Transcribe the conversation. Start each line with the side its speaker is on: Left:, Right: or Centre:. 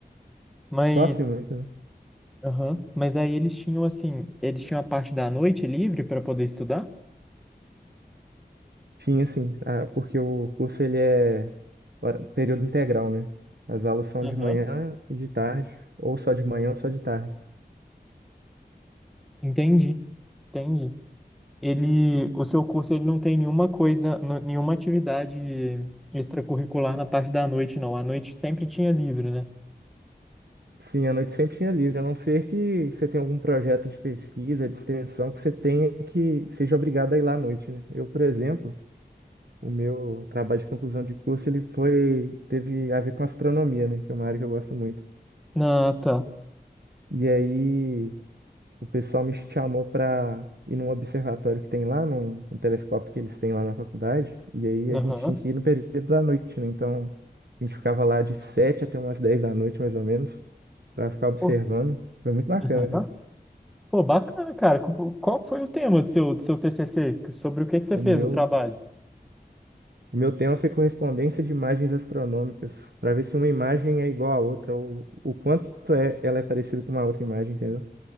Centre: Mas,
Right: Sofre muito, né?
Centre: aham, mas aí eles tinham, assim, eles tinham a parte da noite livre pra poder estudar?
Right: Tinha, assim, a- porque o curso ele é hora- período integral, né? As aulas são
Centre: Aham,
Right: de manhã e de tarde, ou só de manhã ou só de tarde.
Centre: entendi, entendi. ele, o seu curso ele não tem nenhuma coisa, n- nenhuma atividade extracurricular na parte da noite, não. A noite sempre tinha livre, né?
Right: Sim, a noite sempre tinha livre, a não ser que você tenha algum projeto de pesquisa, de extensão, que você tenha que seja obrigado a ir lá à noite, né? Eu, por exemplo, o meu trabalho de conclusão de curso, ele foi, teve a ver com astronomia, né? Que é uma área que eu gosto muito.
Centre: Ah, tá.
Right: E aí, o pessoal me chamou para ir num observatório que tem lá, num, num telescópio que eles têm lá na faculdade. E aí, a
Centre: Aham.
Right: gente tinha que ir no período da noite, né? Então, a gente ficava lá de 7 até umas 10 da noite, mais ou menos, para ficar observando.
Centre: Pô,
Right: Foi muito bacana,
Centre: aham.
Right: cara.
Centre: Pô, bacana, cara. Cu- Qual foi o tema do seu, do seu TCC? Sobre o que que você
Right: O
Centre: fez
Right: meu,
Centre: o trabalho?
Right: o meu tema foi correspondência de imagens astronômicas, para ver se uma imagem é igual à outra, ou o quanto é, ela é parecida com uma outra imagem, entendeu?